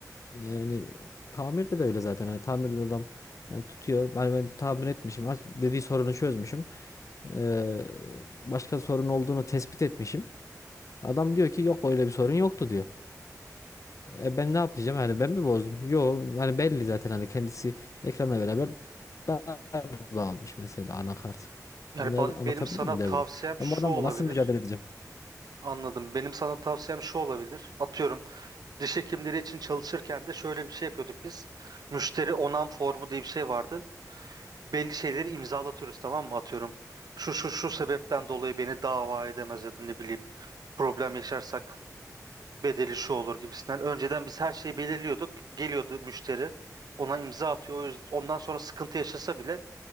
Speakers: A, on the left; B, on the right.
A: Yani tamirde de öyle zaten. Hani tamirde de adam e, tutuyor. Hani ben tamir etmişim. az- Dediği sorunu çözmüşüm. Ee, başka sorun olduğunu tespit etmişim. Adam diyor ki yok öyle bir sorun yoktu diyor. E ben ne yapacağım? Hani ben mi bozdum? Yok. Hani belli zaten hani kendisi ekranla beraber daha bağlamış mesela anakart.
B: Yani
A: Anlay
B: ben,
A: anlatabildim
B: benim sana
A: mi
B: tavsiyem
A: derdim. Ben
B: şu
A: bu adamla
B: olabilir.
A: nasıl mücadele edeceğim?
B: Anladım. Benim sana tavsiyem şu olabilir. Atıyorum diş hekimleri için çalışırken de şöyle bir şey yapıyorduk biz. Müşteri onam formu diye bir şey vardı. Belli şeyleri imzalatıyoruz tamam mı? Atıyorum şu şu şu sebepten dolayı beni dava edemez ya da ne bileyim problem yaşarsak bedeli şu olur gibisinden. Önceden biz her şeyi belirliyorduk. Geliyordu müşteri. Ona imza atıyor. O yüzden, ondan sonra sıkıntı yaşasa bile